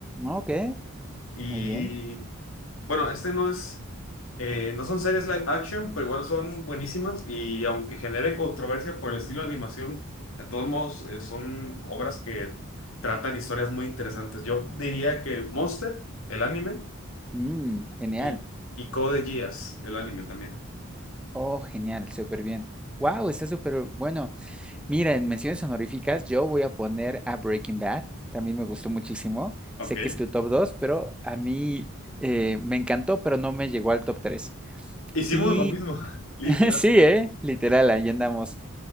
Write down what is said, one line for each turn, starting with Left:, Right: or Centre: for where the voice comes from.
Centre: Ok,
Left: Y
Centre: muy bien.
Left: Bueno, este no es, eh, no son series live action, pero igual son buenísimas y aunque genere controversia por el estilo de animación, de todos modos eh, son obras que tratan historias muy interesantes. Yo diría que Monster, el anime,
Centre: Mm, genial.
Left: y, y Code Geass, el anime también.
Centre: Oh, genial, súper bien. Wow, está súper bueno. Mira, en menciones honoríficas yo voy a poner a Breaking Bad. También me gustó muchísimo.
Left: Ok.
Centre: Sé que es tu top 2, pero a mí eh, me encantó, pero no me llegó al top 3.
Left: Hicimos
Centre: Y
Left: lo mismo, <laughs> literal.
Centre: <laughs> sí, ¿eh? Literal, ahí andamos.